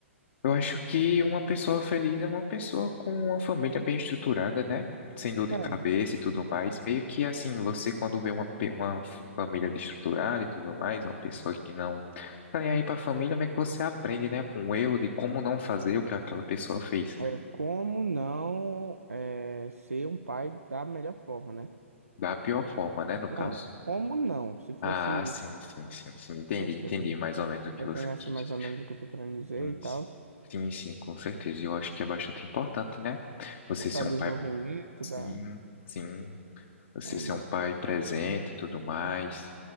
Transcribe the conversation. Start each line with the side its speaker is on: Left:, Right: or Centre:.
Left: Eu acho que uma pessoa feliz é uma pessoa com uma família bem estruturada, né? Sem dor de
Right: É,
Left: cabeça e tudo mais. Meio que assim, você quando vê uma, pe- uma família desestruturada e tudo mais, uma pessoa que não tá nem aí pra família, como é que você aprende, né? Com o erro de como não fazer o que aquela pessoa fez.
Right: é, como não é, ser um pai da melhor forma, né?
Left: Da pior forma, né? No
Right: Não,
Left: caso.
Right: como não? Se fosse
Left: Ah, sim, sim, sim, sim. Entendi,
Right: é,
Left: entendi mais ou menos o que
Right: é, entendendo
Left: você
Right: assim
Left: quis
Right: mais
Left: dizer.
Right: ou menos o que eu tô querendo dizer
Left: Sim,
Right: e tal,
Left: sim, sim, sim, com certeza. Eu acho que é bastante importante, né? Você
Right: para
Left: ser
Right: desenvolvimento
Left: um pai. Sim,
Right: da.
Left: sim. Você
Right: É,
Left: ser
Right: mano.
Left: um pai presente e tudo mais.